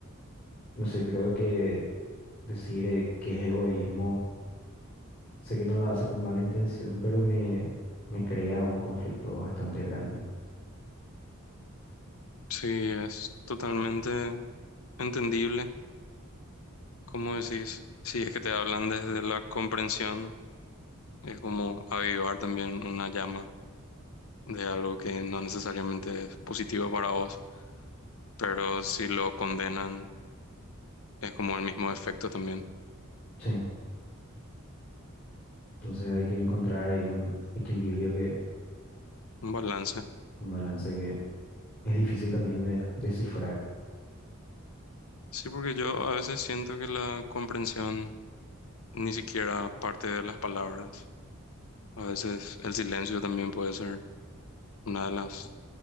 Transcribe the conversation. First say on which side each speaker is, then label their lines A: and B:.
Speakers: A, on the left; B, on the left.
A: no sé, creo que decir eh, que es egoísmo, sé que no lo hace con mala intención, pero me, me crea un conflicto bastante grande.
B: Sí, es totalmente entendible. Como decís, si es que te hablan desde la comprensión, es como avivar también una llama de algo que no necesariamente es positivo para vos, pero si lo condenan, es como el mismo efecto también,
A: Sí, entonces hay que encontrar ahí un equilibrio que,
B: un balance.
A: un balance que es difícil también de descifrar.
B: Sí, porque yo a veces siento que la comprensión ni siquiera parte de las palabras. A veces el silencio también puede ser una de las